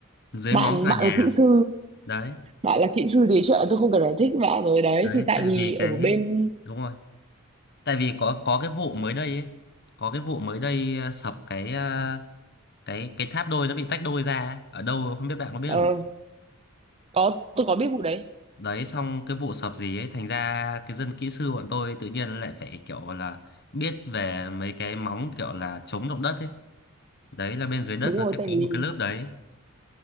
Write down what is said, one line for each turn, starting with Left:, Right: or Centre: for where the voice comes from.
Left: dưới
Right: bạn
Left: móng cả
Right: bạn
Left: nhà
Right: là kỹ sư
Left: đấy
Right: bạn là kỹ sư thì chuyện tôi không cần giải thích bạn rồi đấy
Left: đấy
Right: thì tại
Left: tại
Right: vì
Left: vì
Right: ở
Left: cái
Right: bên
Left: đúng rồi tại vì có có cái vụ mới đây ấy có cái vụ mới đây ờ, sập cái ờ, cái cái tháp đôi nó bị tách đôi ra ấy. ở đâu không biết bạn có biết
Right: ờ
Left: không nhỉ
Right: có tôi có biết vụ đấy
Left: đấy xong cái vụ sập gì ấy thành ra cái dân kỹ sư bọn tôi tự nhiên lại phải kiểu là biết về mấy cái móng kiểu là chống động đất ấy đấy là bên dưới đất
Right: đúng
Left: nó
Right: rồi
Left: sẽ
Right: tại
Left: có
Right: vì
Left: một cái lớp đấy